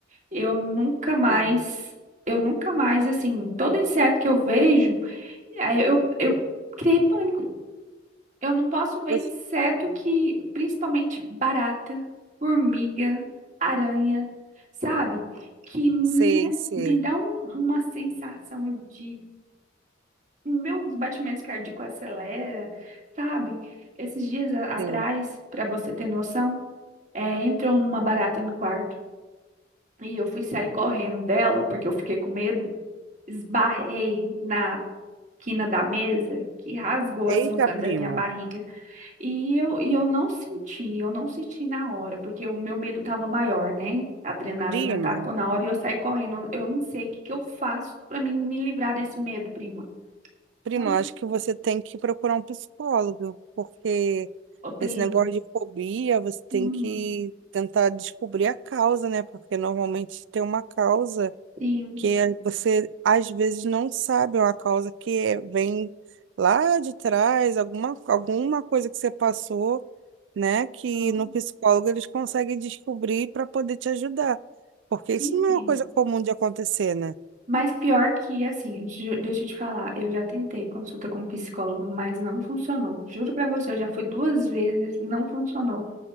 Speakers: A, on the right (about 40°); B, on the right (about 75°).
A: Eu nunca mais,
B: sei.
A: eu nunca mais, assim, todo inseto que eu vejo, aí eu, eu criei pânico. Eu não posso ver
B: Você-
A: inseto que, principalmente barata, formiga, aranha, sabe? Que me,
B: Sei, sei,
A: me dá um- uma sensação de. Meus batimentos cardíacos acelera, sabe? Esses dias a- atrás,
B: sei.
A: para você ter noção, é, entrou uma barata no quarto. E eu fui sair correndo dela, porque eu fiquei com medo. esbarrei na quina da mesa que rasgou
B: Eita,
A: assim o canto
B: prima.
A: da minha barriga. E eu, e eu não senti, eu não senti na hora, porque o meu medo estava maior, né? A adrenalina
B: Prima,
A: tacou na hora e eu saí correndo. Eu não sei o que que eu faço para mim me livrar desse medo, prima.
B: prima,
A: Não sei.
B: acho que você tem que procurar um psicólogo, porque
A: Ô, prima.
B: esse negócio de fobia, você tem
A: Hum,
B: que tentar descobrir a causa, né? Porque normalmente tem uma causa.
A: sim.
B: que você às vezes não sabe uma causa que é- vem lá de trás, alguma, alguma coisa que você passou, né? Que
A: Hum,
B: no psicólogo eles conseguem descobrir para poder te ajudar. Porque isso
A: Sim,
B: não
A: prima.
B: é uma coisa comum de acontecer, né?
A: Mas pior que, assim, ju- deixa eu te falar, eu já tentei consulta com psicólogo, mas não funcionou. Juro pra você, eu já fui duas vezes, não funcionou.